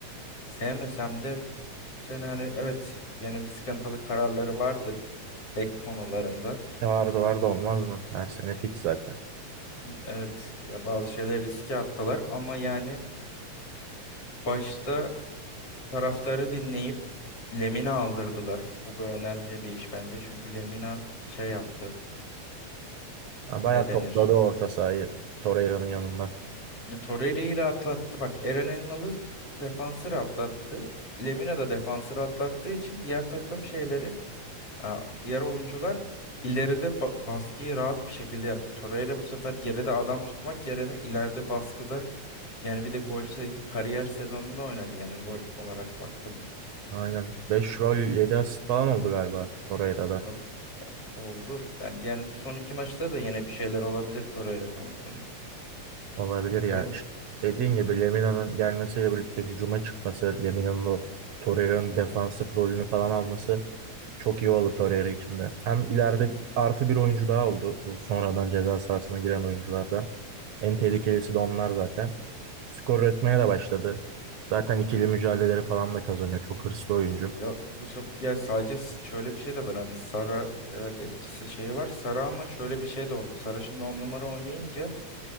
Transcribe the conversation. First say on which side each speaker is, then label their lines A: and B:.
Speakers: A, on the left; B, on the right.
A: sevmesem de Yani hani evet yine bir sıkıntılı kararları vardı bek konularında.
B: E Vardı vardı olmaz mı? Her sene fix zaten.
A: Evet ya bazı şeyleri riske attılar ama yani başta taraftarı dinleyip Lemina aldırdılar. Bu bir önemli bir iş bence. Çünkü Lemina şey yaptı.
B: Ha, Bayağı
A: Ne denir?
B: topladı orta sahayı Torreira'nın yanında.
A: Ya, Torreira'yı rahatlattı. Bak Eren Engel'i defansı rahatlattı. Lemina da defansı rahatlattığı için diğer takım şeyleri Ha, Diğer oyuncular ileride ba- baskıyı rahat bir şekilde yaptı. Torreira bu sefer geride adam tutmak yerine ileride baskıda yani bir de gol sayı kariyer sezonunda oynadı. Yani gol olarak baktım
B: Aynen. beş gol yedi asist falan oldu galiba Torreira'da.
A: ba- oldu. Bence yani bu son iki maçta da yine bir şeyler olabilir Torreira konusunda.
B: Olabilir
A: E
B: ya.
A: Ben
B: İşte dediğin gibi Lemina'nın gelmesiyle birlikte hücuma çıkması, Lemina'nın o Torreira'nın
A: hı
B: defansif
A: hı.
B: rolünü falan alması Çok iyi oldu Torreira için de. Hem ileride artı bir oyuncu daha oldu. Bu sonradan ceza sahasına giren oyunculardan. En tehlikelisi de onlar zaten. Skor üretmeye de başladı. Zaten ikili mücadeleleri falan da kazanıyor. Çok hırslı oyuncu.
A: Ya bu sef- ya sadece s- şöyle bir şey de var hani Sara evet etkisi şeyi var. Sara ama şöyle bir şey de oldu. Sara şimdi on numara oynayınca